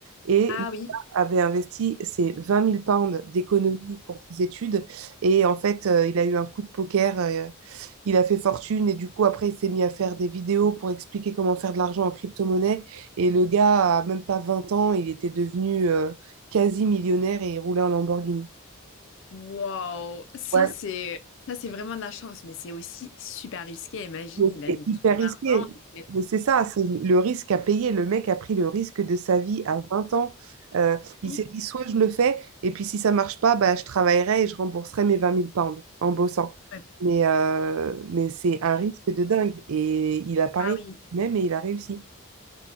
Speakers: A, on the right; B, on the left.
A: Et
B: Ah
A: le gars
B: oui.
A: avait investi ses vingt mille pounds d'économie pour ses études. Et en fait, euh, il a eu un coup de poker. euh, il a fait fortune et du coup après il s'est mis à faire des vidéos pour expliquer comment faire de l'argent en crypto-monnaie et le gars a même pas 20 ans, il était devenu euh, quasi millionnaire et il roulait en Lamborghini.
B: Wow, ça
A: Ouais,
B: c'est ça c'est vraiment de la chance, mais c'est aussi super risqué. Imagine,
A: donc
B: il a
A: c'est
B: mis
A: hyper
B: tout
A: risqué.
B: son argent. il a
A: Mais C'est ça, c'est le risque à payer. Le mec a pris le risque de sa vie à 20 ans. Euh, il
B: tout
A: s'est dit, soit je le fais, et puis si ça marche pas, bah, je travaillerai et je rembourserai mes vingt mille pounds en bossant.
B: fait.
A: Mais, euh, mais c'est un
B: Et-
A: risque de dingue. Et il a parié
B: Ah oui,
A: même et il a réussi.